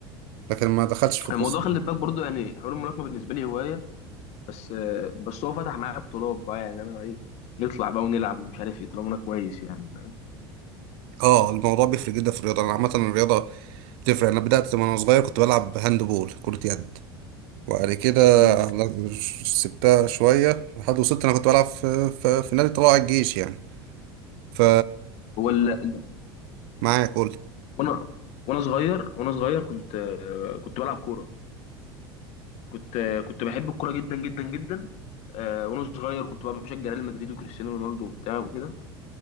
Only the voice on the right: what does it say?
لكن ما دخلتش في القصه
دي.
اه الموضوع بيفرق جدا في الرياضه انا عامه الرياضه بتفرق انا بدات وانا صغير كنت بلعب هاند بول كره يد وبعد كده
على- سبتها شويه لحد وصلت انا كنت بلعب في, في, في نادي طلائع الجيش يعني ف
معايا قول